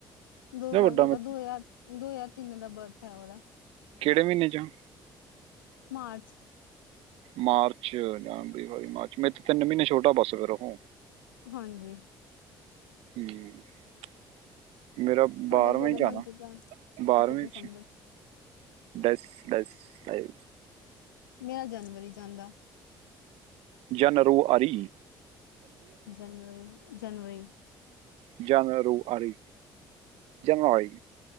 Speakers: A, on the left; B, on the right.
A: ਦੋ
B: ਜਾਂ
A: ਸਾਲ
B: ਵੱਡਾ
A: ਛੋਟਾ
B: ਮੇਰੇ
A: ਦੋ
B: ਤੋਂ
A: ਹਜ਼ਾਰ ਦੋ ਹਜ਼ਾਰ ਤਿੰਨ ਦਾ ਬਰਥ ਹੈ ਉਦਾ।
B: ਕਿਹੜੇ ਮਹੀਨੇ ਚ?
A: ਮਾਰਚ ਚ।
B: ਮਾਰਚ ਜਨਵਰੀ ਫਰਵਰੀ ਮਾਰਚ ਮੇਰੇ ਤੇ ਤਿੰਨ ਮਹੀਨੇ ਛੋਟਾ ਬੱਸ ਫੇਰ ਉਹੋ।
A: ਹਾਂਜੀ।
B: <inaudible> ਮੇਰਾ
A: ਤੁਹਾਡਾ
B: ਬਾਰਵੇ
A: ਕਿਹੜੇ
B: ਜਾਨਾ,
A: ਮੰਥ ਚ ਆ?
B: ਬਾਰਵੇ
A: ਅੱਛਾ ਦਸੰਬਰ
B: ਚ। ਬਸ-ਬਸ, ਆਈ।
A: ਮੇਰਾ ਜਨਵਰੀ ਚ ਆਦਾ।
B: ਜਾਨ ਰੋ ਆਰੀ।
A: ਜਨਵਰੀ-ਜਨਵਰੀ।
B: ਜਨ ਰੋ ਆਰੀ ਜੋਨਵਰੀ।